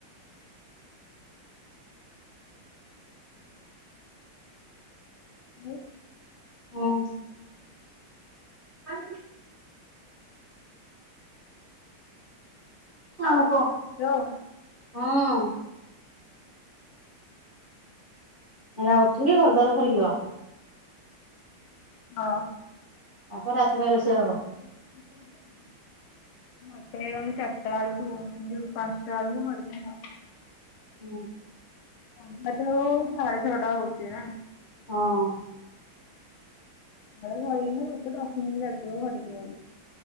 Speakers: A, on the left; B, on the right.
A: ହାଲୋ।
B: ହଁ। <unintelligible> ଆଉ କ।
A: <unintelligible>
B: ହଁ। ଏଇନା ଉଠିକି ଘରଦ୍ୱାର ଖରିକିବ।
A: ନ
B: ତାପରେ ରାତି ପାଇଁଁ ରୋଷେଇ ହବ।
A: ଆଉ ଟିକେ ଛାଡିକି ମତେ ଏଇ ଗଲେ ଚାରଟାଳୁକୁ ଉଁ ଯୋଉ ପାଂଶଟାଆଳୁକୁ <unintelligible>
B: ହୁଁ।
A: ସନ୍ଧ୍ୟା ତ ହଉ ହଉ ସାଡେ ଛଅଟା ହଉଚି ନା।
B: ହଁ।
A: ଘର ଝାଡିକିନା ମତେ ଦଶ ମିଣ୍ଟି ଲାଗିବ ଗାଧେଇକିନା